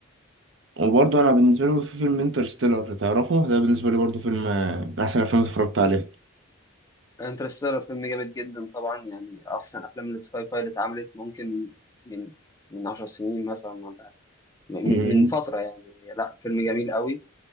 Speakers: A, on the right (about 60°); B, on the left (about 15°).
A: وبرضه انا بالنسبه لي برضه في فيلم انترستيلر تعرفه ده بالنسبه لي برضه فيلم آه، من احسن افلام اتفرجت عليه
B: انترستيلر فيلم جامد جدا طبعا يعني احسن افلام السكاي فاي اللي اتعملت ممكن من من 10 سنين مثلا ولا من
A: أمم،
B: من فتره يعني لا فيلم جميل قوي